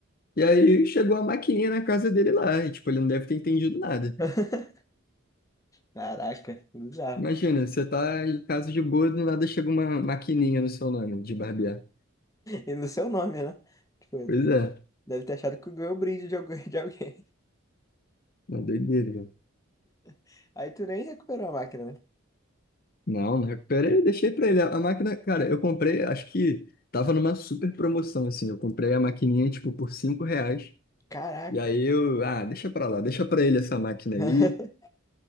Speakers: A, on the left; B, on the left.
A: E aí chegou a maquininha na casa dele lá, e tipo, ele não deve ter entendido nada.
B: aham. Caraca, bizarro.
A: Imagina, você tá em casa de boa, do nada chega uma maquininha no seu nome de barbear.
B: E no seu nome, né? Tipo,
A: Pois é,
B: deve ter achado que ganhou o brinde de alguém, de alguém.
A: uma doideira. cara.
B: <laughs> Aí tu nem recuperou a máquina, né?
A: Não, não recuperei, deixei pra ele. A máquina, cara, eu comprei, acho que tava numa super promoção, assim. Eu comprei a maquininha, tipo, por cinco reais.
B: Caraca.
A: E aí eu, ah, deixa pra lá, deixa pra ele essa máquina
B: <laughs>
A: aí,